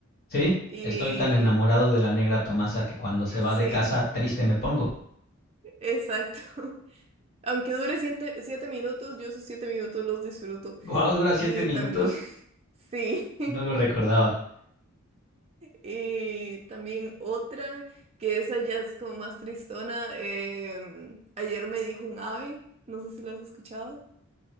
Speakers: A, on the left; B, on the right.
A: Sí,
B: Y
A: estoy tan enamorado de la negra Tomasa que cuando se va
B: sí,
A: de casa triste me pongo.
B: exacto. Aunque dure siete, siete minutos, yo esos siete minutos los disfruto.
A: Guau, wow, dura siete
B: Y
A: minutos.
B: también, <laughs> sí. <laughs>
A: No lo recordaba.
B: Y también otra, que esa ya es como más tristona. em, ayer me dijo un ave, no sé si lo has escuchado.